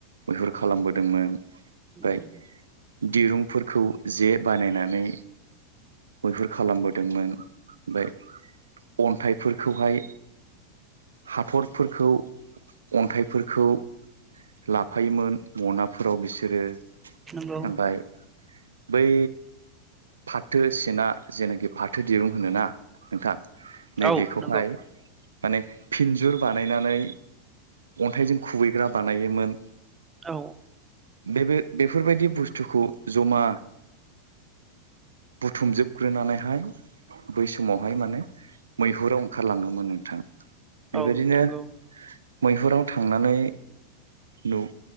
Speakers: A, on the right; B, on the right.
A: मैहुर खालामबोदोंमोन। ओमफ्राय
B: नंगौ।
A: दिरुंफोरखौ जे बानायनानै मैहुर खालामबोदोंमोन ओमफ्राय अन्थाइफोरखौहाय हाथरफोरखौ अन्थाइफोरखौ ला फायोमोन। मनाफोराव
B: औ
A: बिसोरो
B: नंगौ
A: ओमफ्राय बै फाथो सेना जेनाखि फाथो दिरुं होनोना नोंथां।। नै
B: औ
A: बेेखौहाय।
B: नंगौ
A: माने फिन्जुर बानायनानै अन्थाइजों खुबैग्रा बानायोमोन।
B: औ
A: बे-बे बेफोरबायदि बुस्थुखौ जमा बुथुमजोबग्रोनानैहाय बै समावहाय माने मैहुराव ओंखारलाङोमोन नोंथां। बेबायदिनो।
B: औ नंगौ
A: मैहुराव। थांनानै न'